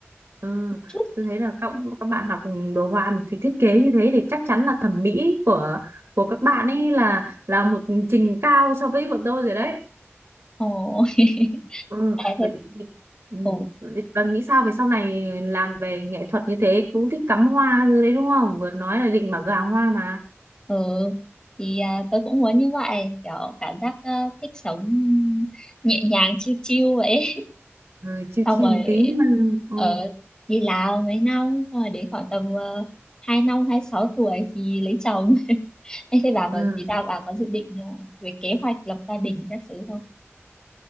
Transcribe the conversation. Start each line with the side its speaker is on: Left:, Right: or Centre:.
Right: Ừ,
Left: chút
Right: tôi thấy là các, các bạn học đồ họa mà phải thiết kế như thế thì chắc chắn là thẩm mỹ của của các bạn ấy là là một trình cao so với bọn tôi rồi đấy.
Left: ồ <laughs>
Right: Ừ,
Left: à, thế
Right: vậy, thì- ừ,
Left: Ồ,
Right: ừ, vậy bà nghĩ sao về sau này làm về nghệ thuật như thế cũng thích cắm hoa rồi đấy đúng không? Vừa nói là định bảo gà hoa mà.
Left: ừ, thì à, tôi cũng muốn như vậy, kiểu cảm giác à, thích sống nhẹ nhàng, chill chill vậy.
Right: Ừ, chiêu
Left: xong
Right: chiêu
Left: rồi
Right: một tí mà. Ừ,
Left: ở đi Lào mấy năm xong rồi đến khoảng tầm uh, hai năm hai sáu tuổi thì lấy chồng <laughs> em thấy bà
Right: ừ.
Left: còn thì sao bà có dự định ờ, về kế hoạch lập gia đình các thứ không